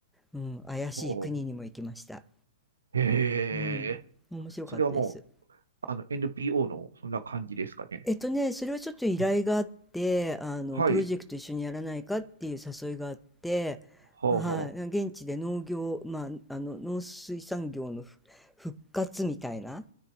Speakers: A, in the centre; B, on the right.
A: うん、怪しい国にも行きました。
B: あ。はあ。へえ。
A: うん、面白かったです。
B: それはもう、あの、NPO のそんな感じですかね。
A: えっとね、それはちょっと依頼があって、
B: うん
A: あの、
B: はい。
A: プロジェクト一緒にやらないかっていう誘いがあって、
B: はあはあ
A: はい、現地で農業、まあ、あの、農水産業のふ復活みたいな、